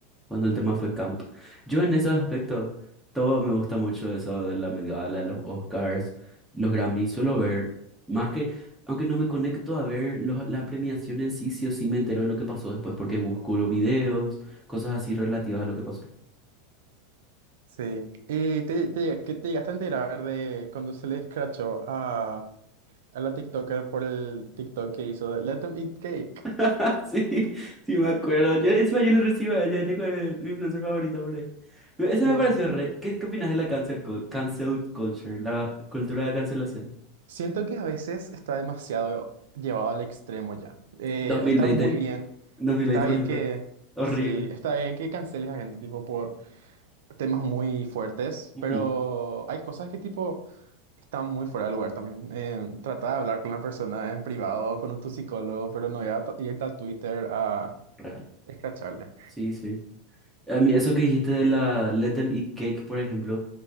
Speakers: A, in the centre; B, on the right.
A: cuando el tema fue camp. Yo en esos aspectos, todo me gusta mucho eso de la Met Gala, los Oscars, los Grammys. Suelo ver, más que, aunque no me conecto a ver los- la premiación en sí, sí o sí me entero de lo que pasó después porque busco los videos, cosas así relativas a lo que pasó.
B: Sí. ¿Y te, te, que te llegaste a enterar de cuando se le escrachó a, a la TikToker por el TikTok que hizo de Let Them Eat Cake?
A: <laughs> Sí, sí me acuerdo. Yo, encima yo lo recibo a ella, ella co- es mi influencer favorita por ahí. Me-
B: Sí,
A: Ese me pareció re. ¿Qué, qué opinas de la cancel, cul- cancel culture? La cultura de cancelación.
B: siento que a veces está demasiado llevado al extremo ya. Eh,
A: 2020,
B: está muy bien,
A: 2020,
B: está
A: por
B: bien
A: ejemplo.
B: que,
A: Horrible.
B: sí, está bien que canceles a gente tipo por temas muy fuertes,
A: Ujú,
B: pero hay cosas que tipo están muy fuera de lugar también. Eh, trata de hablar con la persona en privado, con tu psicólogo, pero no ir a, irte a Twitter a
A: Real.
B: escracharle.
A: Sí, sí. A mí eso que dijiste de la Let Them Eat Cake, por ejemplo,